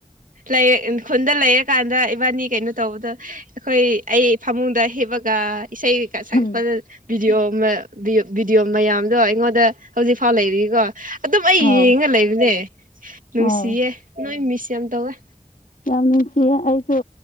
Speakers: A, on the right (about 80°); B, on the left (about 80°).
A: ꯂꯩ ꯈꯨꯟꯗ ꯂꯩꯔꯀꯥꯟꯗ ꯏꯕꯥꯅꯤ ꯀꯩꯅꯣ ꯇꯧꯕꯗ ꯑꯩꯈꯣꯏ ꯑꯩ ꯐꯃꯨꯡꯗ ꯍꯤꯞꯄ ꯗꯨꯒ ꯏꯁꯩ ꯁꯛꯄ
B: ꯎꯝ
A: ꯚꯗꯤꯑꯣ ꯚꯗꯤꯑꯣ ꯃꯌꯥꯝꯗꯣ ꯑꯩꯉꯣꯟꯗ ꯍꯧꯖꯤꯛꯐꯥꯎ ꯂꯩꯔꯤꯀꯣ ꯑꯗꯨꯝ ꯑꯩ
B: ꯑꯥ
A: ꯌꯦꯡꯉ ꯂꯩꯕꯅꯦ ꯅꯨꯡꯁꯤꯌꯦ
B: ꯑꯥ
A: ꯅꯣꯏ ꯃꯤꯁ ꯌꯥꯝ ꯇꯧꯋꯦ
B: ꯌꯥꯝ ꯅꯨꯡꯁꯤꯌꯦ ꯑꯩꯁꯨ